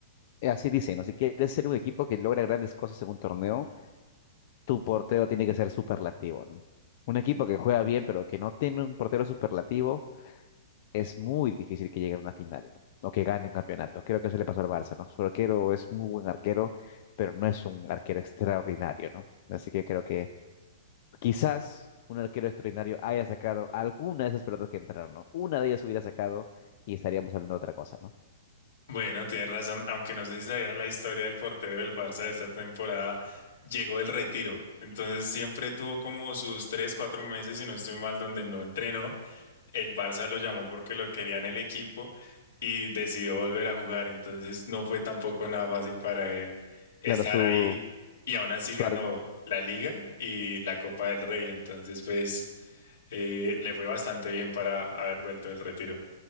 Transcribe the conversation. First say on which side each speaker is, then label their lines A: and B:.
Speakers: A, on the left (about 45°); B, on the left (about 75°).
A: eh, Así dicen, ¿no? Si quieres ser un equipo que logra grandes cosas en un torneo, tu portero tiene que ser superlativo, ¿no? Un equipo que juega bien, pero que no tiene un portero superlativo es muy difícil que llegue a una final, ¿no? O que gane un campeonato. Creo que eso le pasó al Barça, ¿no? Su arquero es muy buen arquero, pero no es un arquero extraordinario, ¿no? Así que creo que quizás un arquero extraordinario haya sacado alguna de esas pelotas que entraron, ¿no? Una de ellas hubiera sacado y estaríamos hablando de otra cosa, ¿no?
B: Bueno, tienes razón, aunque no sé si sabías la historia del portero del Barça de esta temporada, llegó el retiro, entonces siempre tuvo como sus tres, cuatro meses, si no estoy mal, donde no entrenó, el Barça lo llamó porque lo quería en el equipo y decidió volver a jugar, entonces no fue tampoco nada fácil para él estar
A: Claro, su,
B: ahí y aún así
A: su,
B: ganó
A: ar-
B: la Liga y la Copa del Rey, entonces pues eh, le fue bastante bien para haber vuelto del retiro.